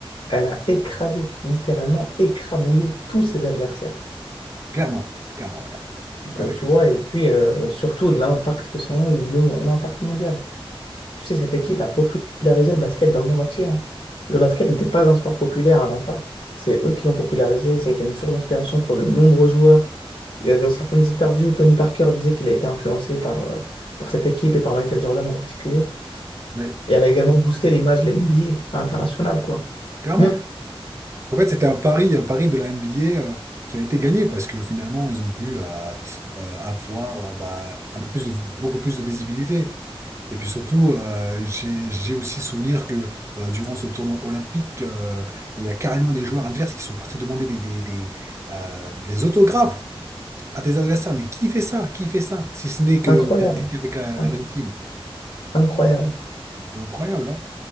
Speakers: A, on the left (about 60°); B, on the right (about 30°).
A: elle a écrasé, littéralement écrabouillé tous ses adversaires.
B: Clairement, clairement, ouais.
A: Donc,
B: Ouais,
A: euh,
B: ouais,
A: tu vois,
B: ah, bah,
A: et puis euh, surtout l'impact que ça a eu, le- l'impact mondial. Tu sais, cette équipe a popularisé le basket dans le monde entier. hein. Le basket n'était pas un sport populaire avant ça. C'est eux qui l'ont popularisé. Ça a été une source d'inspiration pour de nombreux joueurs. Il y a- Dans certaines interviews, Tony Parker disait qu'il a été influencé par, euh, par cette équipe et par Michael Jordan en particulier.
B: ouais,
A: Et elle a également boosté l'image de l'NBA à l'international, quoi.
B: clairement.
A: Hmm.
B: En fait, c'était un pari, un pari de la NBA euh, qui a été gagné parce que finalement, ils ont pu euh, euh, avoir euh, bah, un peu plus de, beaucoup plus de visibilité. Et puis surtout, euh, j'ai, j'ai aussi souvenir que euh, durant ce tournoi olympique, euh, il y a carrément des joueurs adverses qui sont partis demander des, des, des, euh, des autographes à tes adversaires. Mais qui fait ça? Qui fait ça? Si ce n'est que
A: Incroyable.
B: qu'il y a quelqu'un avec la,
A: In-
B: la Dream Team.
A: Incroyable.
B: Incroyable, hein?